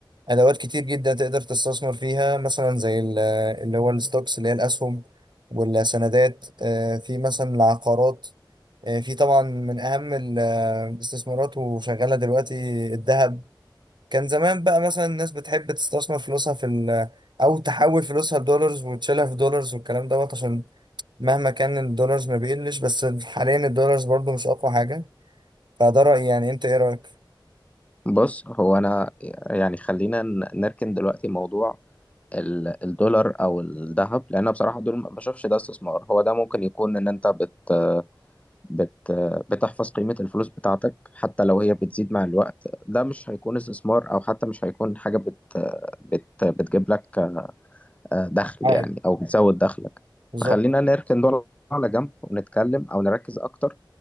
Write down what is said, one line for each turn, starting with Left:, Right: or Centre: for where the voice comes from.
Right: أدوات كتير جدا تقدر تستثمر فيها مثلا زي ال- اللي هو الستوكس اللي هي الأسهم ولا سندات آه، في مثلا العقارات آه، في طبعا من أهم ال- آه، الاستثمارات وشغالة دلوقتي الذهب كان زمان بقى مثلا الناس بتحب تستثمر فلوسها في ال أو تحول فلوسها لدولارز وتشيلها في دولارز والكلام دوت عشان مهما كان الدولارز ما بيقلش بس حاليا الدولارز برضو مش أقوى حاجة فده رأيي يعني أنت إيه رأيك؟
Left: بص هو أنا يعني خلينا ن- نركن دلوقتي موضوع ال- الدولار او الذهب لان بصراحه دول ما بشوفش ده استثمار هو ده ممكن يكون ان انت بت بت بتحفظ قيمة الفلوس بتاعتك حتى لو هي بتزيد مع الوقت ده مش هيكون استثمار أو حتى مش هيكون حاجة بت بت بتجيب لك آه، آه، دخل
Right: عائد
Left: يعني أو بتزود دخلك
Right: بالظبط
Left: فخلينا نركن دول على جنب ونتكلم أو نركز أكتر